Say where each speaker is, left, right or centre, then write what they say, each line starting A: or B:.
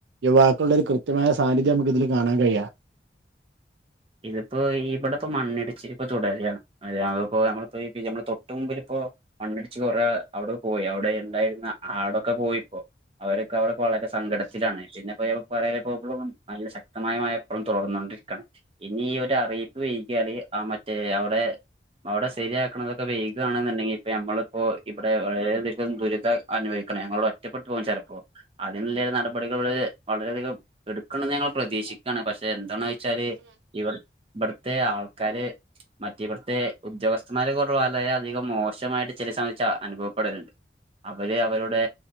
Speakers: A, on the right; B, on the right.
A: യുവാക്കളുടെ ഒരു കൃത്യമായ സാന്നിധ്യം നമുക്ക് ഇതിൽ കാണാൻ കഴിയ.
B: ഇതിപ്പോ ഇവിടെ ഇപ്പോ മണ്ണിടിച്ചില് ഇപ്പൊ തുടരാണ്. അയാളിപ്പോ നമ്മളിപ്പോ ഈ നമ്മളെ തൊട്ട് മുമ്പിലിപ്പോ. മണ്ണിടിച്ച് കൊറേ അവിടെ പോയി അവിടെ ഇണ്ടായിരുന്ന ആടൊക്കെ പോയിപ്പോ അവരൊ ക്കെ അവർ വളരെ സങ്കടത്തിലാണ് പിന്നെ <unintelligible> നല്ല ശക്തമായ മഴ ഇപ്പളും തൊടർന്നു കൊണ്ടിരിക്കാണ്. ഇനി ഈ ഒരു അറിയിപ്പ് വൈകിയാല് ആ മറ്റേ അവിടെ അവിടെ ശരിയാക്ക്ണതൊക്കെ. വൈകാണുന്നിണ്ടെങ്കി ഇപ്പ ഞമ്മളിപ്പോ ഇവിടെ വളരെയധികം ദുരിതം അനുഭവിക്കണം ഞങ്ങളിവിടെ നഷ്ടപ്പെട്ട് പോകും ചെലപ്പോ അതിനുള്ള ഒരു നട ഇവടെകെ വളരെയധികം എടുക്കണെന്ന് ഞങ്ങള് പ്രതീക്ഷികയാണ് പക്ഷെ എന്താണ് വെച്ചാല്. ഇവർ ഇബടുത്തെ ആൾക്കാര്. മറ്റ ഇവിടുത്തെ ഉദ്യോഗസ്ഥന്മാരെ കുറി വളരെയധികം മോശമായിട്ട് ചില സമയച് അനുഭവപ്പെടല്ണ്ട്. അവര് അവരുടെ